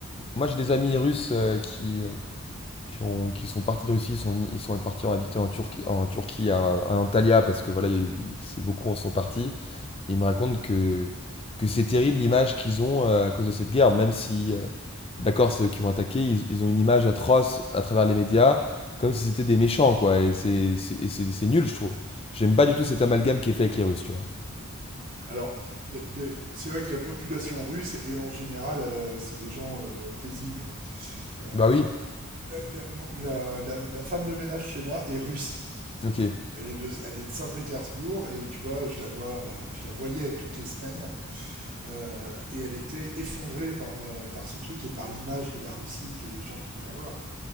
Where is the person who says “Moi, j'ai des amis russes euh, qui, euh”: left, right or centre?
Left